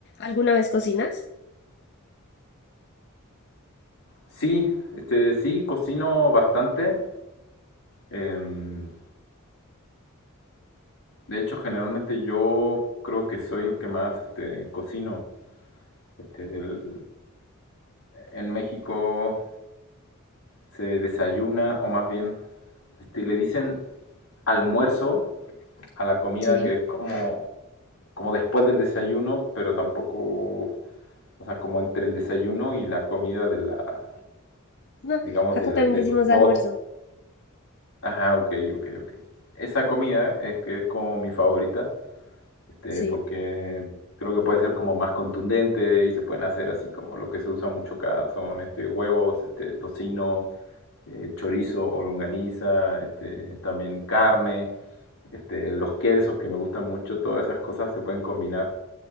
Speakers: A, on the left; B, on the left.
A: ¿Alguna vez cocinas?
B: Sí, este, sí, cocino bastante. Em, de hecho, generalmente yo creo que soy el que más este, cocino. Este, el- en México se desayuna, o más bien, este, le dicen almuerzo a la comida
A: Sí.
B: que es como, como después del desayuno, pero tampoco, o sea, como entre el desayuno y la comida de la,
A: No,
B: digamos,
A: acá
B: de,
A: también
B: de
A: decimos
B: las dos.
A: almuerzo.
B: Ajá, ok, ok, ok. Esa comida es que es como mi favorita. este,
A: Sí.
B: porque creo que puede ser como más contundente y se pueden hacer así como lo que se usa mucho acá son este, huevos, este, tocino, eh, chorizo o longaniza, este, también carne, este, los quesos que me gustan mucho, todas esas cosas se pueden combinar